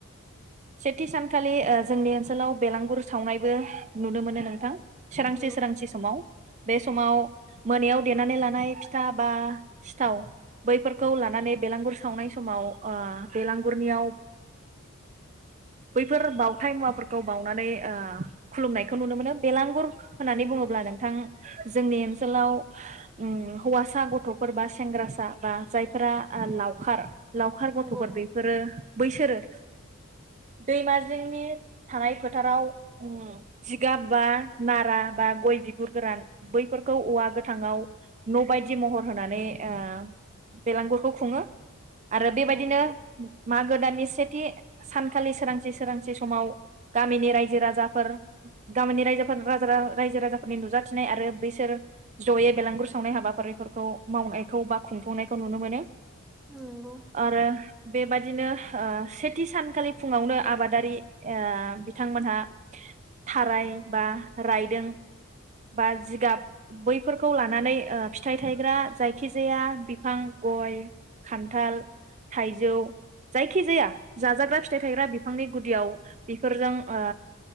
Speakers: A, on the right; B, in the centre.
A: सेथि सानखालि ओ जोंनि ओनसोलाव बेलांगुर सावनायबो नुनो मोनो नोंथां। सोरांसि
B: नंगौ
A: सोरांसि समाव बे समाव मोनायाव देनानै लानाय फिथा बा सिथाव बैफोरखौ लानानै बेलांगुर सावनाय समाव ओ बेलांगुरनियाव बैफोर बावथाय मुवाफोरखौ बावउनानै ओ खुलुमनायखौ नुनो मोनो बेलांगुर होननानै
B: नंगौ
A: बुङोब्ला नोंथां जोंनि ओनसोलाव ओम हौवासा गथ'फोर बा सेंग्रासा बा जायफोरा लावखार लावखार
B: नंगौ
A: गथ'फोर
B: नंगौ
A: बेफोरो बैसोरो दैमाजिंनि थानाय फोथाराव ओम जिगाब बा नारा बा गय बिगुर गोरान बैफोर औवा गोथांआव न' बायदि महर होनानै ओ बेलांगुरखौ खुङो आरो
B: नंगौ
A: बेबायदिनो
B: नंगौ
A: मागो दाननि सेथि सानखालि सोरांसि सोरांसि समाव गामिनि रायजो राजाफोर गामिनि रायजोफोर रा रायजो राजाफोरनि नुजाथि नाय आरो बैसोर जयै बेलांगुर सावनाय हाबाफारिफोरखौ मावनायखौ बा खुंफुंनायखौ नुनो मोनो।
B: नंगौ
A: आरो बेबादिनो ओ सेथि सानखालि फुङावनो आबादारि ओ बिथांमोनहा थाराय बा रायदों बा जिगाब बैफोरखौ लानानै आ फिथाइ थायग्रा जायखिजाया बिफां गय, खान्थाल, थाइजौ जायखिजाया जाजाग्रा फिथाइ थायग्रा बिफांनि गुदियाव बेफोरजों ओ